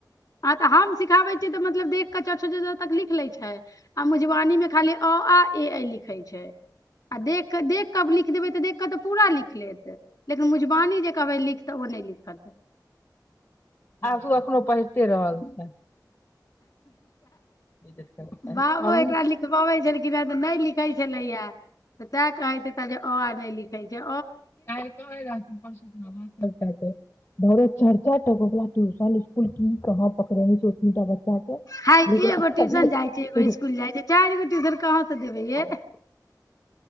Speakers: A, on the left; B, on the left.
A: ह तऽ हम सिखाबै मतलब देख क च छ ज झ तक लिख ले छै आ मजवानी मे खाली अ आ ए ऐ लिख झैछै आ देख क देख कऽ लिख देबै तऽ देख कऽ तऽ पूरा लिख लेत लेकिन मजबानी जे कहबै लिखत ओ नहि लिखत
B: आसु अखनो पहिरते रहल छै। छै
A: बाबा
B: हम
A: एकरा लिखबाबै छलिन <unintelligible> तऽ नहि लिखै छलैया तऽ तैं कहैत हेताजे अ आ नहि लिखै छय
B: कायल कहय रहथिन परसु खुना मास्टर साहब के छनि ओय थे टूशन इकुल की कहाँ पकड़ेने छै एतनी टा बचा छै
A: हय
B: लेकिन
A: एगो
B: अखन
A: ट्यूशन
B: नै
A: जाइ छै एगो स्कुल जाइ छै चारि गो ट्यूशन कहाँ से देबै
B: <unintelligible> <unintelligible>
A: ये
B: कथी